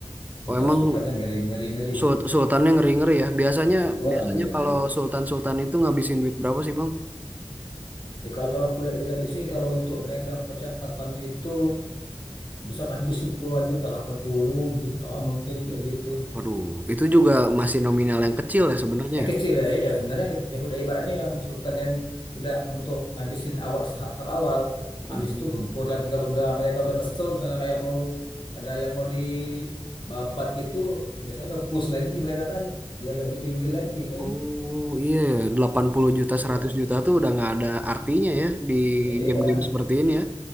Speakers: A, on the left; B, on the right.
A: Sultan-sultannya
B: oh, emang
A: ngeri-ngeri-ngeri.
B: sul- sultannya ngeri-ngeri ya. Biasanya
A: Wah,
B: biasanya
A: ngeri-ngeri.
B: kalau sultan-sultan itu ngabisin duit berapa sih, Bang?
A: Ya, kalau aku lihat itu sih, kalau untuk mereka percepatan itu bisa ngabisin puluhan juta, 80 juta mungkin kayak gitu.
B: Waduh, itu juga masih nominal yang kecil ya sebenarnya.
A: Yang kecil ya, ya sebenarnya kecil. Ya, udah ibaratnya yang sultan yang udah untuk ngabisin awal tahap-tahap awal.
B: Hmm.
A: Habis itu gempur lagi kalau udah mereka udah kesel misalnya kayak mau ada yang mau dibabat gitu, biasanya nge-push lagi mereka kan biar lebih tinggi lagi kan.
B: Oh iya, ya, 80 juta,
A: Iya.
B: 100 juta tuh udah nggak ada artinya ya di
A: Iya.
B: game-game seperti ini ya.